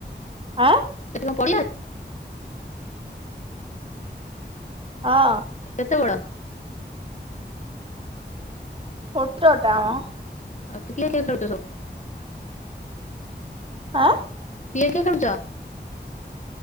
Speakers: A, on the right; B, on the left.
A: ଆଁ?
B: ସେଇଠି କଣ ପଡିଆ ଅ
A: ହଁ।
B: କେତେବଡ?
A: ଛୋଟଟା ମ
B: ଆ କିଏ କିଏ ଖେଳୁଚ ସବୁ?
A: <unintelligible>
B: କିଏ କିଏ ଖେଳୁଚ?